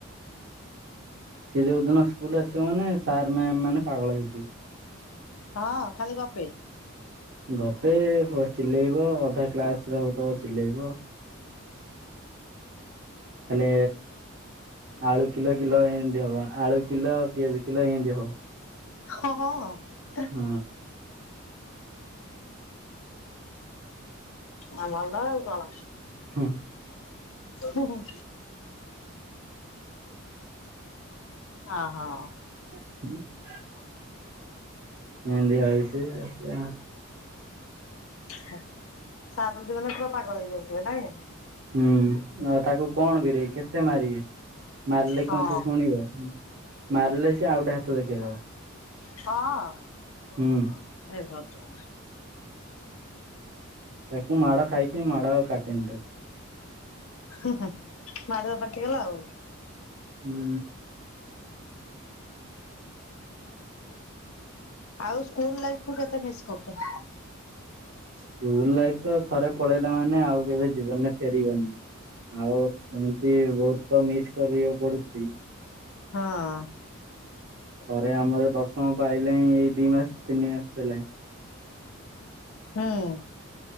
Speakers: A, on the right (about 55°); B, on the left (about 80°).
A: ସେ ଯୋଉ ଦିନ ସ୍କୁଲ ଆସିବ ମାନେ ସାର୍, ମ୍ୟାମ୍ ମାନେ ପାଗଳ ହେଇଯିବେ।
B: ହଁ ଖାଲି ଗପେ।
A: ଗପେ ଚିଲେଇବ ଅଧା କ୍ଲାସରେ ହଉଥିବ ଚିଲେଇବ। ହେଲେ ଆଳୁ କିଲ କିଲ ଏମିତି ହବ ଆଳୁ କିଲ ପିଆଜ କିଲ ଏମିତି ହବ।
B: ହଁ ହଁ।
A: ହୁଁ।
B: ଆ ଭଲ ଆଉ କଣ।
A: ହଁ
B: ହୁଁ ହୁଁ। ହଁ ହଁ।
A: <unintelligible>
B: <unintelligible> ପୁରା କପାଗଳ ହେଇଯାଉଥିବ ନାଇଁକି।
A: ହୁଁ ଆଉ ତାକୁ କଣ କରିବେ କେତେ ମାରିବେ ମାରିଲେ
B: ହଁ
A: କଣ ସେଶୁଣିବ। ମାରିଲେ ସଆଉ ଗୋଟେ ହାତ ଦେଖେଇଦବ।
B: ହଁ
A: ହୁଁ
B: ଏଭଗବାନ୍।
A: ତାକୁ ମାଡ଼ ଖାଇ ଖାଇ ମାଡ଼ ଆଉ କାଟେନି ତାକୁ।
B: ହୁ ହୁ ମାଡ଼ରେ ପାଖିଗଲା ଆଉ।
A: ହୁଁ।
B: ଆଉ ସ୍କୁଲ୍ ଲାଇଫକୁ କେତେ ମିସ୍ କରୁଚ?
A: ସ୍କୁଲ୍ ଲାଇଫତ ଥରେ ପଳେଇଲେ ମାନେ ଆଉ କେବେ ଜୀବନରେ ଫେରିବନି। ଆଉ ସେମିତି ବହୁତତ ମିସ୍ କରିବାକୁ ପଡ଼ୁଛି।
B: ହଁ।
A: ଥରେ ଆମର ଦଶମ ପାଇଲାଣି ଏଇ ଦି ମାସେ ତିନି ମାସେ ହେଲାଣି।
B: ହୁଁ।